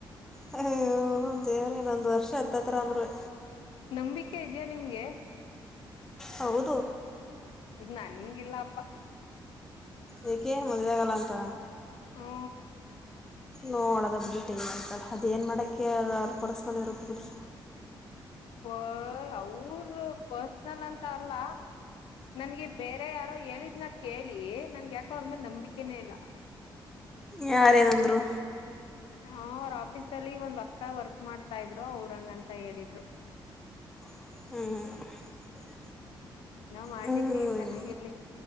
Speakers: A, in the centre; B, on the left (about 85°).
A: ಹಾಯ್ಯೊ ದೇವ್ರೇ ಇನೊಂದ್ ವರ್ಷ ಹತ್ತತ್ರ ಅಂದ್ರುವೇ.
B: ನಂಬಿಕೆ ಇದ್ಯಾ ನಿಮ್ಗೆ.
A: ಹೌದು
B: ನನ್ಗಿಲ್ಲಪ್ಪ
A: ಯಾಕೆ ಮದ್ವೆ ಆಗಲ್ಲ ಅಂತ.
B: ಹು
A: ನೋಡದ ಬಿಡಿ ಟೈಮ್ ಆಯ್ತಲ್ಲ ಅದೇನ್ ಮಾಡಕ್ಕೆ ಪರ್ಸಲೆ ಇರುತ್ತೆ ಬಿಡಿ.
B: ವ್ವ ಅವ್ರು ಪರ್ಸನಲ್ ಅಂತ ಅಲ್ಲ. ನನ್ಗೆ ಬೇರೆ ಯಾರೋ ಹೇಳಿದ್ನ ಕೇಳಿ ನನ್ಗೆ ಯಾಕೋ ಅವ್ರ ಮೇಲೆ ನಂಬಿಕೆನೇ ಇಲ್ಲ. ಹ
A: ಯಾರೇನಂದ್ರು
B: <unintelligible> ಹ ಅವ್ರ ಆಫೀಸ್ ದಲ್ಲಿ ಒಂದ್ ಅಕ್ಕ ವರ್ಕ್ ಮಾಡ್ತಾ ಇದ್ರು ಅವರಂಗಂತ ಹೇಳಿದ್ರು.
A: ಹ್ಮ್
B: ಏನೋ ಮಾಡ್ಲಿ
A: ಹ್ಮ್
B: ಬಿಡಿ
A: ಮನಿ
B: ಚೆನ್ನಾಗಿರ್ಲಿ